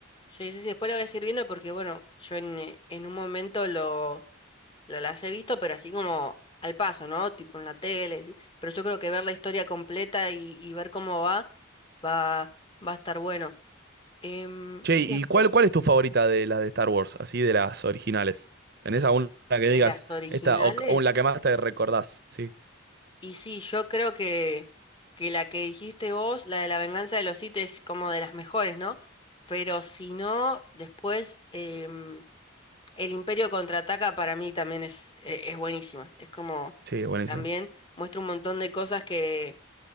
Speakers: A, on the left; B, on the right.
A: Sí, sí, sí, después lo voy a seguir viendo porque, bueno, yo en, eh, en un momento lo, la- las he visto, pero así como al paso, ¿no? Tipo en la tele, ¿sí? Pero yo creo que ver la historia completa y, y ver cómo va, va, va a estar bueno. Em,
B: Che,
A: y
B: ¿y
A: después
B: cuál, cuál es tu favorita de las de Star Wars? Así de las originales. ¿Tenés alguna que
A: de
B: digas
A: las originales,
B: esta o, o la que más te recordás? Sí,
A: y sí, yo creo que, que la que dijiste vos, la de la venganza de los Sith, es como de las mejores, ¿no? Pero si no, después em, El Imperio contraataca para mí también es, e- es buenísima. Es como
B: sí, buenísima.
A: también muestra un montón de cosas que,